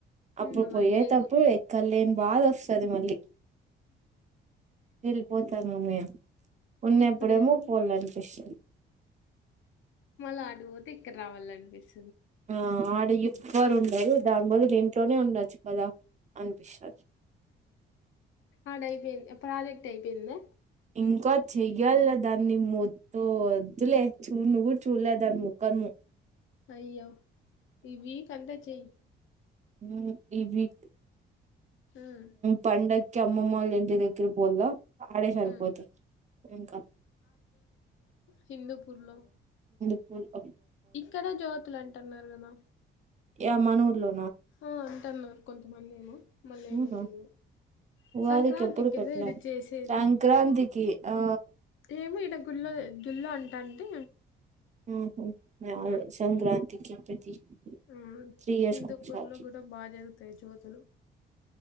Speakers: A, on the right; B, on the left.
A: అప్పుడు
B: ఉమ్ వన్
A: పోయేటప్పుడు
B: వీక్
A: ఎక్కర్లేని బాధ వస్తది మళ్ళీ వెళ్ళిపోతార్ ఆ మేం ఉన్నప్పుడేమో
B: ఇప్పుడేమో
A: పోవాలనిపిస్తుం
B: మళ్ళా అటు పోతే ఇక్కడ రావాలనిపిస్
A: ఆ ఆ ఆ దయ్యం. ఎవ్వర్ ఉండరు దాని బదులు ఇంట్లోనే ఉండొచ్చు కదా అనిపిస్తది.
B: ఆడైపోయింద్ ప్రాజెక్ట్ అయిపోయిందా
A: ఇంకా చెయ్యాల దాన్ని మొత్తో వద్దులే చూ నువ్ చూలే దాని ముఖము.
B: అయ్యో ఈ వీకంతా చేయ్
A: హ్మ్ ఈ వీక్
B: హ్మ్.
A: పండగకి అమ్మమ్మళ్ళ ఇంటి దగ్గర పోలో ఆడే సరిపోతాయి
B: హ్మ్.
A: ఇంకా
B: హిందూపుర్లో
A: ఉ
B: ఇంక్కడ జ్యోతులు అంటున్నారు కదా
A: యా మనూర్లో
B: ఆ అంట అన్నారు కొంతమంది ఏమో మళ్ళీ
A: అవునా
B: ఏమవుతుంది
A: ఉగాదికి
B: సంక్రాంతికి
A: ఎప్పుడు
B: కదా
A: పెట్టలే
B: ఇడ చేసేది
A: సంక్రాంతికి ఆ
B: ఏమో ఇడ గుల్ల గుల్లో అంట అంటే
A: ఊహు సంక్రాంతికిప్పది
B: హ్మ్.
A: త్రియర్స్
B: హిందూపూర్‌లో
A: కు సారి
B: గూడా బా జరుగుతాయి జ్యోతులు.